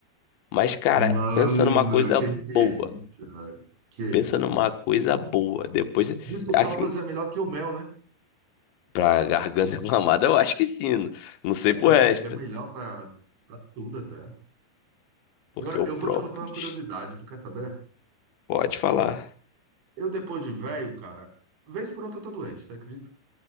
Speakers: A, on the left (about 80°); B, on the right (about 80°).
A: Mas, cara,
B: Mano,
A: pensa numa coisa
B: que
A: boa.
B: que é isso, velho? Que é
A: Pensa
B: isso?
A: numa coisa boa. Depois,
B: Diz que o
A: assim,
B: própolis é melhor que o mel, né?
A: pra garganta <laughs> inflamada, eu acho que sim. Não não sei
B: É,
A: pro resto.
B: diz que é melhor pra, pra tudo até.
A: Porque
B: Agora,
A: o
B: eu
A: própolis,
B: vou te contar uma curiosidade, tu quer saber?
A: pode falar.
B: Eu, depois de velho, cara, vez por outra eu tô doente, você acredita?